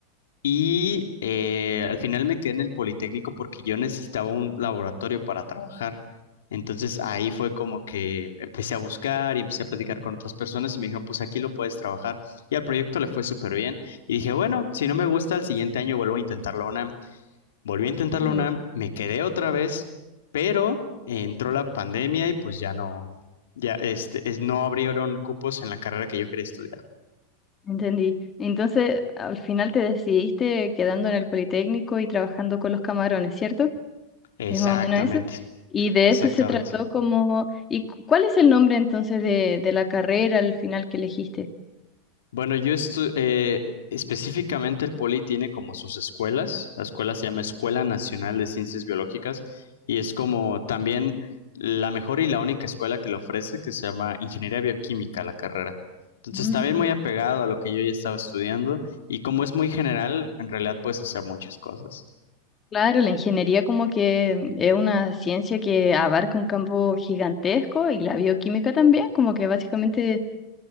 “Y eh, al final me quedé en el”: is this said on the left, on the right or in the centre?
Left